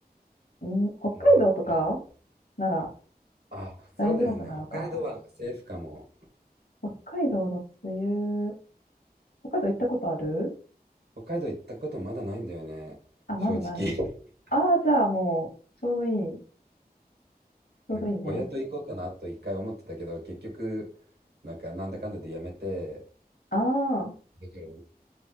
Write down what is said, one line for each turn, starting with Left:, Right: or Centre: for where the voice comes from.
Left: うん、北海道とか
Right: なんかうん
Left: なら
Right: あ、そうだよね。
Left: 大丈夫なのかな。
Right: 北海道はセーフかも。
Left: 北海道の梅雨。北海道行ったことある
Right: 北海道行ったことまだないんだよね。
Left: あ、まだない。
Right: 正直。<laughs>
Left: ああ、じゃあもう、ちょうどいい。ちょうどいいね。
Right: なんか、親と行こうかなと一回思ってたけど、結局、なんか、なんだかんだでやめて、
Left: ああ、
Right: だけど